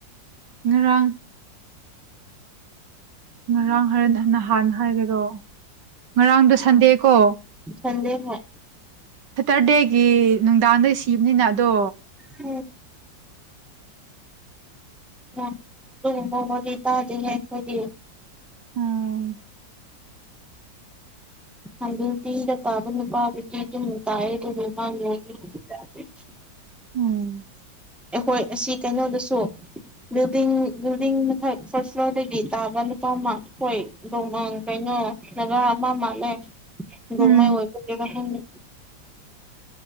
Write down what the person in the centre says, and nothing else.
ꯁꯟꯗꯦ ꯍꯣꯏ
ꯎꯝ ꯃꯥ ꯑꯗꯨꯒꯨꯝꯕ ꯋꯥꯔꯤ ꯇꯥꯗꯦꯍꯦ ꯑꯩꯈꯣꯏꯗꯤ
<unintelligible> ꯇꯤꯒꯥ ꯄꯥꯕ ꯅꯨꯄꯥꯗꯨꯗꯤ <unintelligible>
ꯑꯩꯈꯣꯏ ꯑꯁꯤ ꯀꯩꯅꯣꯗꯁꯨ ꯕꯤꯜꯗꯤꯡ ꯕꯤꯜꯗꯤꯡ ꯃꯊꯪꯛ ꯐꯥꯔꯁꯠ ꯐ꯭ꯂꯣꯔꯗꯒꯤ ꯇꯥꯕ ꯅꯨꯄꯥ ꯑꯃ ꯍꯣꯏ ꯗꯣꯡꯃ ꯀꯩꯅꯣ ꯅꯒꯥ ꯑꯃ ꯃꯥꯜꯂꯦ ꯅꯣꯡꯃꯩ
ꯑꯣꯏꯕꯒꯤꯔꯥ ꯈꯪꯗꯦ